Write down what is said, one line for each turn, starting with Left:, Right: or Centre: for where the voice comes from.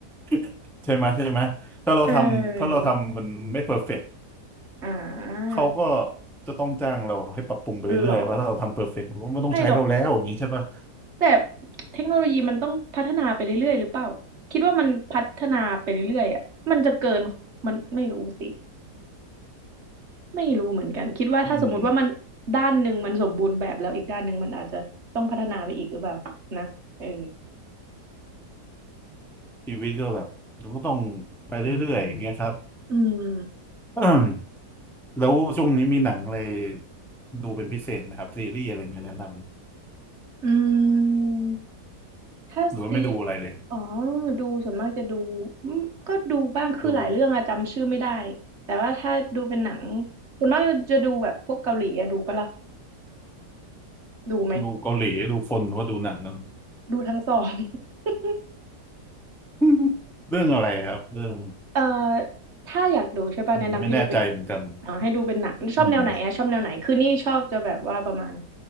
Centre: <laughs> ใช่ไหมใช่ไหมถ้าเราทำถ้าเราทำมันไม่เพอร์เฟกต์
Right: <laughs> เอออ่า
Centre: เขาก็จะต้องจ้างเราให้ปรับปรุงไปเรื่อยๆเพราะถ้าเราทำเพอร์เฟกต์มันไม่ต้องใช้เราแล้วอย่างนี้ใช่ปะ
Right: เหรอไม่หรอกแต่เทคโนโลยีมันต้องพัฒนาไปเรื่อยๆหรือเปล่าคิดว่ามันพัฒนาไปเรื่อยๆอ่ะมันจะเกินมันไม่รู้สิไม่รู้เหมือนกันคิดว่าถ้าสมมติว่ามันด้านหนึ่งมันสมบูรณ์แบบแล้วอีกด้านหนึ่งมันอาจจะต้องพัฒนาไปอีกหรือเปล่านะเออ
Centre: อืม ชีวิตก็แบบเราก็ต้องไปเรื่อยๆอย่างเงี้ยครับ
Right: อืม
Centre: <clears throat> แล้วช่วงนี้มีหนังอะไรดูเป็นพิเศษไหมครับซีรีส์อะไรเงี้ยแนะน
Right: อืม ถ้าซี
Centre: ำหรือว่าไม่ดูอะไรเลย
Right: อ๋อดูส่วนมากจะดูอืมก็ดูบ้างคือหลายเรื่องอะจำชื่อไม่ได้
Centre: ดู
Right: แต่ว่าถ้าดูเป็นหนังส่วนมากจะดูแบบพวกเกาหลีอะดูปะล่ะดูไหม
Centre: ดูเกาหลีดูคนหรือว่าดูหนังนะ
Right: ดูทั้งสอง <laughs>
Centre: <laughs> เรื่องอะไรครับเรื่อง
Right: เอ่อถ้าอยากดูใช่ป่ะแนะนำให้ดูเป็น
Centre: อืมไม่แน่ใจเหมือนกัน
Right: อ่าให้ดูเป็นหนังชอบแนวไหนอะชอบแนวไหนคือนี่ชอบจะแบบว่าประมาณ
Centre: อืม